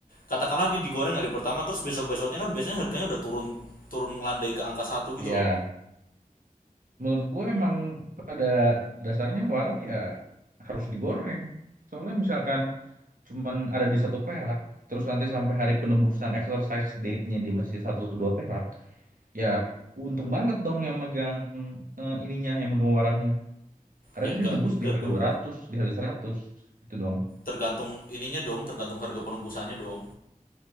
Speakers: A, on the left; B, on the right.
A: katakanlah di digoreng hari pertama, terus besok besoknya kan biasanya harganya udah turun turun ngelandai ke angka satu gitu
B: Ya,
A: loh.
B: menurut gue emang pada dasarnya waran ya harus digoreng. Soalnya misalkan cuman ada di satu perak, terus nanti sampai hari penebusan exercise date-nya dia masih satu dua perak, ya untung banget dong yang megang eh, ininya, yang megang warannya. Karena
A: Ya enggak
B: dia nebus
A: enggak
B: di harga
A: dong.
B: dua ratus, di harga 100, gitu dong.
A: Tergantung ininya dong, tergantung harga penebusannya dong.